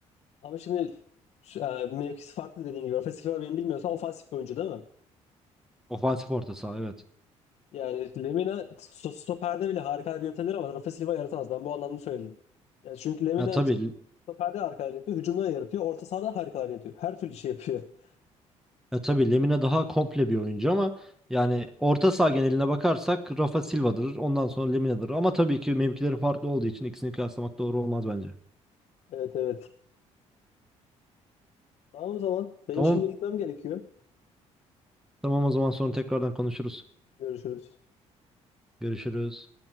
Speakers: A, on the left; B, in the centre.
A: Ama şimdi şu- e, mevkisi farklı dediğin gibi. Ofensif olarak benim bilmiyorsam ofansif bir oyuncu değil mi?
B: Ofansif orta saha evet.
A: Yani Lemina sto- stoperde bile harikalar yaratabilir ama Rafa Silva yaratamaz. Ben bu anlamda söyledim. Yani çünkü Lemina
B: Ha, tabii
A: stoperde harikalar yaratıyor, hücumda da yaratıyor, orta sahada harikalar yaratıyor. Her türlü şey yapıyor. <laughs>
B: Ya tabii Lemina daha komple bir oyuncu ama yani orta saha geneline bakarsak Rafa Silva'dır. Ondan sonra Lemina'dır. Ama tabii ki mevkileri farklı olduğu için ikisini kıyaslamak doğru olmaz bence.
A: Evet evet. Tamam o zaman. Benim
B: Tamam.
A: şimdi gitmem gerekiyor.
B: Tamam o zaman sonra tekrardan konuşuruz.
A: Görüşürüz.
B: Görüşürüz.